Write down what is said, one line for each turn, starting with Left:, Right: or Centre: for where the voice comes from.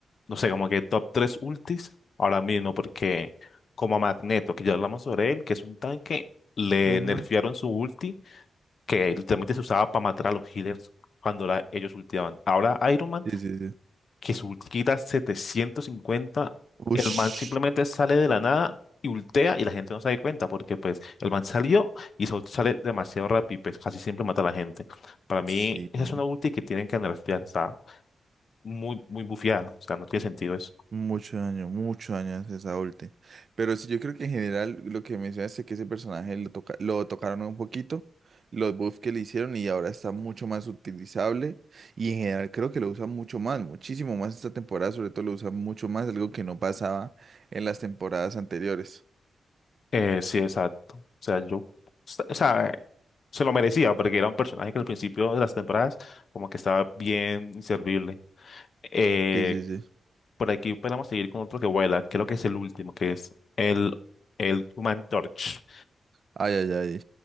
Left: no sé, como que top 3 ultis ahora mismo, porque como a Magneto, que ya hablamos sobre él, que es un tanque, le
Right: ujú.
Left: nerfearon su ulti, que literalmente se usaba para matar a los healers cuando la- ellos ultiaban. Ahora Iron Man
Right: Sí, sí, sí.
Left: que su ulti setecientos cincuenta
Right: Ush.
Left: el man simplemente sale de la nada y ultea y la gente no se da cuenta porque pues el man salió y su sale demasiado rápido y pues casi siempre mata a la gente. Para mí
Right: Sí,
Left: esa
Right: güey.
Left: es una ulti que tienen que nerfear, está muy, muy bufeada, o sea, no tiene sentido eso.
Right: mucho daño, mucho daño hace esa ulti. Pero sí, yo creo que en general lo que mencionaste es que ese personaje lo, toca lo tocaron un poquito, los buffs que le hicieron y ahora está mucho más utilizable. Y en general creo que lo usan mucho más, muchísimo más esta temporada, sobre todo lo usan mucho más, algo que no pasaba en las temporadas anteriores.
Left: Eh, sí, exacto. O sea, yo, o sea, eh, se lo merecía porque era un personaje que al principio de las temporadas como que estaba bien inservible. Eh,
Right: Sí, sí, sí.
Left: Por aquí podemos seguir con otro que vuela. Creo que es el último, que es el, el Human Torch.
Right: Ay, ay, ay.